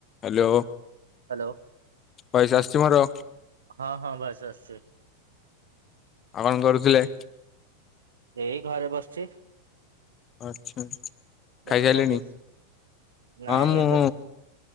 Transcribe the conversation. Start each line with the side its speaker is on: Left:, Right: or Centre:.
Left: Hello.
Right: Hello
Left: voice ଆସୁଚି ମୋର?
Right: ହଁ ହଁ ଭଏସ ଆସଚି।
Left: ଆଉ କଣ କରୁଥିଲେ?
Right: ଏଇ ଘରେ ବସିଚି।
Left: ଆଛା ଖାଇସାରିଲେଣି
Right: ଆପଣ କଣ କରୁଛ? ନାଇଁ
Left: ହଁ ମୁଁ
Right: ଏବେ